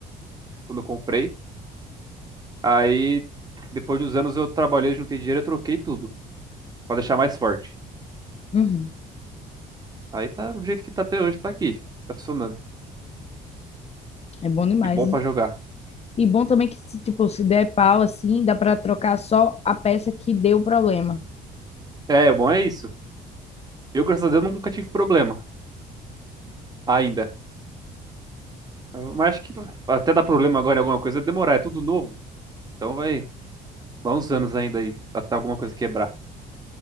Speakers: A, on the right (about 25°); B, on the left (about 40°).
A: quando eu comprei. Aí, depois de uns anos, eu trabalhei, juntei dinheiro, eu troquei tudo pra deixar mais forte.
B: Uhum,
A: Aí tá do jeito que tá até hoje, tá aqui. Tá funcionando.
B: é bom demais.
A: E bom
B: E,
A: pra jogar.
B: e bom também que, se, tipo, se der pau, assim, dá para trocar só a peça que deu o problema.
A: É, o bom é isso. Eu, graças a Deus, nunca tive problema ainda. Mas acho que até dar problema agora em alguma coisa é demorar, é tudo novo. Então vai, vai uns anos ainda aí, até alguma coisa quebrar.